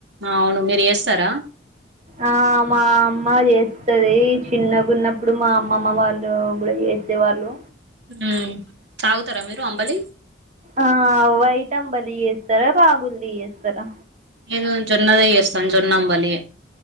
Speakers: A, on the right; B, on the right.
A: అవును మీరు చేస్తారా
B: ఆ మా అమ్మ చేస్తది చిన్నగున్నప్పుడు మా అమ్మమ్మ వాళ్ళు కూడా ఎసే వాళ్ళు
A: ఉ తాగుతారా మీరు అంబలి
B: ఆ వైట అంబలియేస్తారా బాగులు ఏస్తారా
A: నేను జొన్నదే చేస్తాను జొన్నంబలి